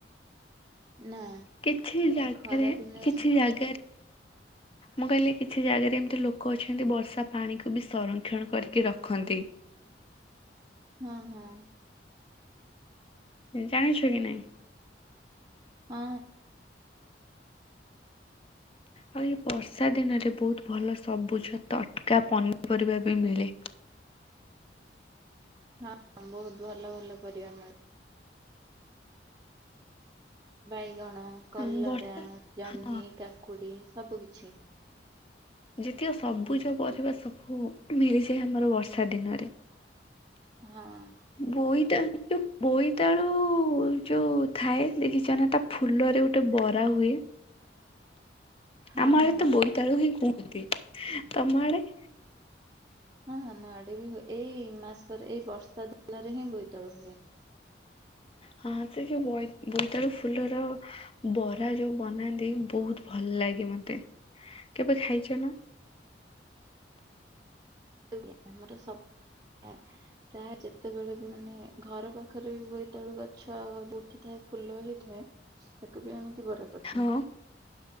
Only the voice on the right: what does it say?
ନା
ଖରା ଦିନେ
ହଁ ହଁ।
ହଁ।
ହଁ ବହୁତ୍ ଭଲ ଭଲ ପରିବା ମିଳେ। ବାଇଗଣ, କଲରା,
ଜହ୍ନି,
କାକୁଡ଼ି ସବୁ କିିଛି।
ହଁ।
ହଁ
ହଁ
ହଁ ଆମ ଆଡେ ବି ହୁଏ ଏଇ ମାସରେ ଏଇ ବର୍ଷା ଦିନରେ ହିଁ ବୋଇତାଳୁ ହୁଏ।
ହୁଏ ଆମର ସବ ଆ ପ୍ରାୟ ଯେତେବେଳେ ବି ମାନେ ଘର ପାଖରେ ବି ବୋଇତାଳୁ ଗଛ ଉଠିଥାଏ ଫୁଲ ହେଇଥାଏ ତାକୁ ବି ଆଣିକି ବରା କରିଦିଅନ୍ତି